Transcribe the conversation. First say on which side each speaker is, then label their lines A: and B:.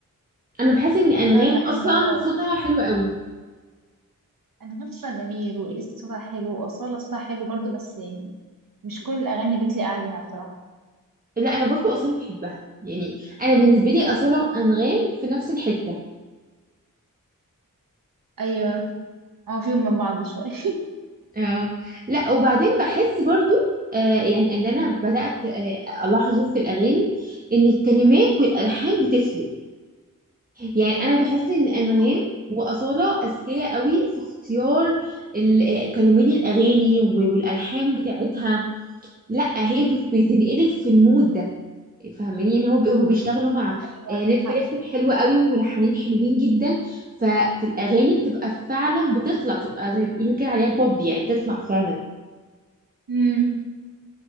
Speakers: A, on the right; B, on the right.
A: انا بحس ان انغام
B: أنا بحب
A: اصلا
B: أصالة
A: صوتها حلو قوي
B: أنغام صوتها جميل وإليسا صوتها حلو وأصالة صوتها حلو برضو بس يعني مش كل الأغاني بتليق عليها بصراحة
A: لا انا برضو اصاله بحبها يعني انا بالنسبه لي اصاله انغام في نفس الحته
B: أيوة هو فيهم من بعض شوية
A: اه لا وبعدين بحس برضو آه يعني ان انا بدات آه الاحظه في الاغاني ان الكلمات والالحان بتفرق يعني انا بحس ان انغام
B: <laughs>
A: واصاله اذكياء قوي في اختيار ال- آه، كلمات الاغاني والالحان بتاعتها لا هي بت- بتنقلك في المود ده فاهمين يعني هو بي- هو بيشتغلوا مع
B: أيوة
A: آه،
B: عندك
A: ناس
B: حق
A: بتكتب حلوة قوي وملحنين حلوين جدا ففي الأغاني بتبقى فعلا بتطلع بتبقى زي ما بيقولوا كده عليها بوب يعني بتطلع فعلا
B: مم.